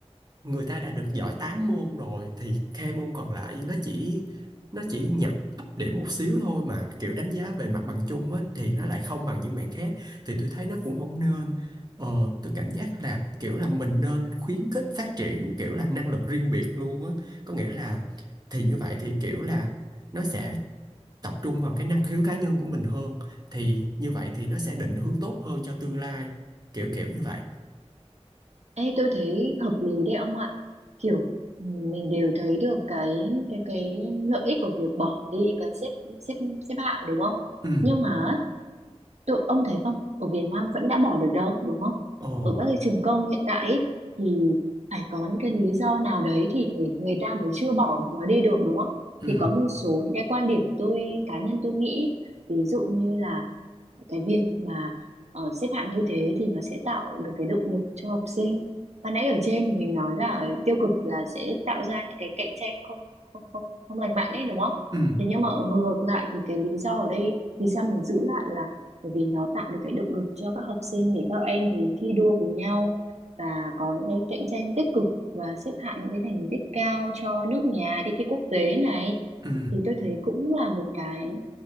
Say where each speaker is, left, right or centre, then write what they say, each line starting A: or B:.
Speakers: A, on the right; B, on the right.
A: người ta đã được giỏi 8 môn rồi thì hai môn còn lại nó chỉ nó chỉ nhập thấp điểm một xíu thôi mà kiểu đánh giá về mặt bằng chung á thì nó lại không bằng những bạn khác thì tôi thấy nó cũng không nên ờ tôi cảm giác là kiểu là mình nên khuyến khích phát triển kiểu là năng lực riêng biệt luôn á có nghĩa là thì như vậy thì kiểu là nó sẽ tập trung vào cái năng khiếu cá nhân của mình hơn thì như vậy thì nó sẽ định hướng tốt hơn cho tương lai kiểu kiểu như vậy
B: Ê, tôi thấy hợp lý đấy ông ạ. Kiểu ừ, mình đều thấy được cái cái cái lợi ích của việc bỏ đi cái xếp xếp xếp hạng đúng không?
A: ừ
B: Nhưng mà ấy, tôi ông thấy không, ở Việt Nam vẫn đã bỏ được đâu, đúng không?
A: ồ
B: Ở các cái trường công hiện tại ấy, thì phải có những cái lý do nào đấy thì người người ta mới chưa bỏ nó đi được đúng không?
A: ừ
B: Thì có một số những cái quan điểm tôi cá nhân tôi nghĩ ví dụ như là cái việc mà ờ, xếp hạng như thế thì nó sẽ tạo được cái động lực cho học sinh và nãy ở trên thì mình nói là tiêu cực là sẽ tạo ra những cái cạnh tranh không không không không lành mạnh ấy đúng không
A: ừ
B: thế nhưng mà ở ngược lại thì cái lý do ở đây vì sao mình giữ lại là bởi vì nó tạo được cái động lực cho các học sinh để các em ấy thi đua với nhau và có những cái cạnh tranh tích cực và xếp hạng những cái thành tích cao cho nước nhà đi thi quốc tế này
A: Ừ.
B: thì tôi thấy cũng là một cái